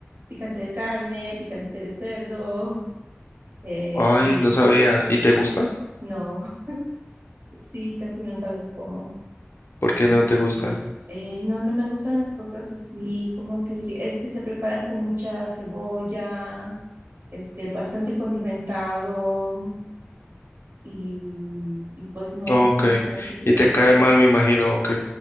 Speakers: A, on the right; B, on the left.
A: picante de carne, picante de cerdo. eh,
B: Ay,
A: y
B: no sabía. ¿Y te gusta?
A: no, <laughs> sí, casi nunca los como.
B: ¿Por qué
A: Y,
B: no te gusta?
A: y, eh, no, no me gustan las cosas así, como te diría, es que se preparan con mucha cebolla este, bastante condimentado y, y pues no,
B: Ok.
A: no me gustan ese tipo
B: Y te
A: de
B: cae
A: cosas.
B: mal, me imagino. Ok.